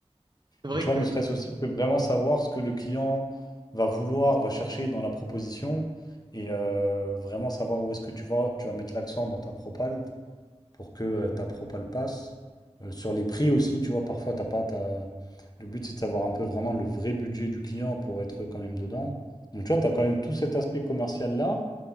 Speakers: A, on the right; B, on the left.
A: C'est vrai
B: mais tu vois,
A: que
B: ne serait-ce aussi que vraiment savoir ce que le client va vouloir, va chercher dans la proposition et euh, vraiment savoir où est-ce que tu vas, tu vas mettre l'accent dans ta propale pour que euh, ta propale passe. Euh, sur les prix aussi, tu vois, parfois, t'as pas, t'as- le but, c'est de savoir un peu vraiment le vrai budget du client pour être quand même dedans. Donc, tu vois, tu as quand même tout cet aspect commercial-là.